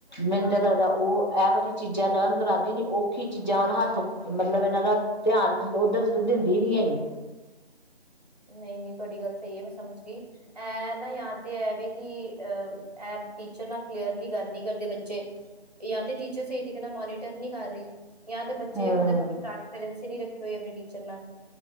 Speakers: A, on the left; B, on the right.
A: ਮੈਨੂੰ
B: ਹਾਂ
A: ਲੱਗਦਾ
B: ਹਾਂ
A: ਉਹ ਇਹ ਵਾਰੀ ਚੀਜ਼ਾਂ ਲਰਨ ਕਰਾਉਂਦੀ ਨਹੀਂ ਔਖੀ ਚੀਜ਼ਾਂ ਵਾਲ ਹੱਥ ਮਤਲਬ ਇਹਨਾਂ ਦਾ ਧਿਆਨ ਉੱਧਰ ਦਿੰਦੀ ਨੀ ਹੈਗੀ।
B: ਨਹੀਂ, ਨਹੀਂ, ਤੁਹਾਡੀ ਗੱਲ ਸਹੀ ਹੈ। ਮੈਂ ਸਮਝ ਗਈ। ਇਹ ਨਾ ਯਾ ਤੇ ਐਵੇ ਕਿ ਅ ਇਹ ਟੀਚਰ ਨਾਲ ਕਲੀਅਰਲੀ ਗੱਲ ਨਹੀਂ ਕਰਦੇ ਬੱਚੇ ਜਾਂ ਤੇ ਟੀਚਰ ਸਹੀ ਤਰੀਕੇ ਨਾਲ ਮੋਨੀਟਰ ਨਹੀਂ ਕਰ ਰਹੀ। ਜਾਂ ਤੇ ਬੱਚੇ
A: ਹੂੰ
B: ਮਤਲਬ ਬੁਲ ਟਰਾਂਸਪੇਰੈਂਸੀ ਨੀ ਰੱਖੇ ਹੋਏ। ਆਪਣੇ ਟੀਚਰ ਨਾਲ